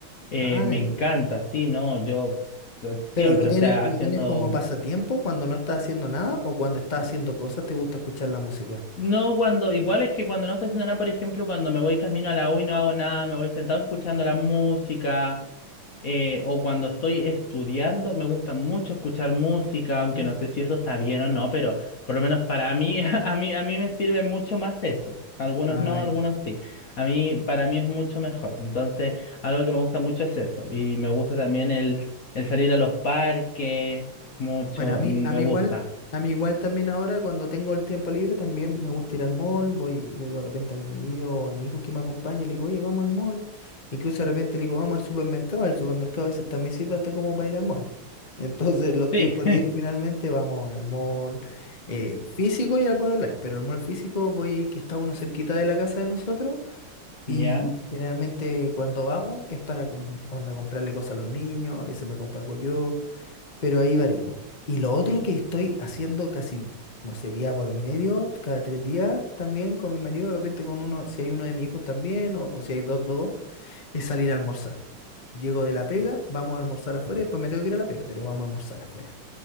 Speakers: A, on the left; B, on the left.
A: eh,
B: Ah,
A: me
B: ya.
A: encanta, sí, no, yo eh, siempre,
B: Pero lo tienes,
A: o sea,
B: lo
A: haciendo
B: tienes como pasatiempo cuando no estás haciendo nada o cuando estás haciendo cosas te gusta escuchar la música.
A: No, cuando, igual es que cuando no estoy haciendo nada, por ejemplo, cuando me voy camino a la U y no hago nada, me voy sentado escuchando la música, eh, o cuando estoy estudiando, me gusta mucho escuchar música,
B: Ah,
A: aunque
B: mira.
A: no sé si eso está bien o no, pero por lo menos para mí, <laughs> a mí, a mí me sirve mucho más eso. Algunos
B: Ah,
A: no, algunos sí. A mí, para mí es mucho mejor. Entonces,
B: ya.
A: algo que me gusta mucho es eso. Y me gusta también el, el salir a los parques, mucho,
B: Bueno, a mí,
A: me
B: a mí
A: gusta.
B: igual, a mí igual también ahora cuando tengo el tiempo libre también me gusta ir al mall, voy, le digo de repente a mi marido o a mi hijo que me acompañe, le digo, oye, vamos al mall. Incluso de repente le digo, vamos al supermercado, el supermercado a veces también sirve hasta como para ir al mall. <laughs> Entonces los tiempos
A: Sí,
B: libres
A: <laughs>
B: finalmente vamos al mall eh, físico y al mall online, pero el mall físico voy que está uno cerquita de la casa de nosotros y
A: ya.
B: generalmente cuando vamos es para com- onda, comprarle cosas a los niños, a veces me compro algo yo pero ahí variamos. Y lo otro que estoy haciendo casi, no sé, día por medio, cada tres días también con mi marido, de repente con uno, si hay uno de mis hijos también, o, o si hay dos, dos, es salir a almorzar. Llego de la pega, vamos a almorzar afuera, después me tengo que ir a la pega, pero vamos a almorzar afuera.